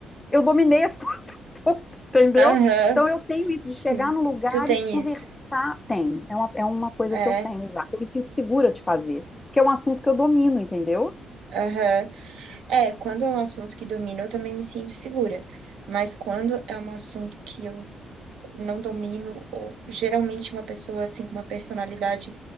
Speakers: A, on the left; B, on the right.
A: Eu dominei a situação <laughs> toda, entendeu?
B: Aham,
A: Então eu tenho isso
B: sim.
A: de chegar no lugar
B: Tu tem
A: e conversar.
B: isso.
A: Tem, é uma, é uma coisa
B: É,
A: que eu tenho já. Eu me sinto segura de fazer, porque é um assunto que eu domino, entendeu?
B: aham. É, quando é um assunto que domino, eu também me sinto segura. Mas quando é um assunto que eu não domino, ou geralmente uma pessoa assim com uma personalidade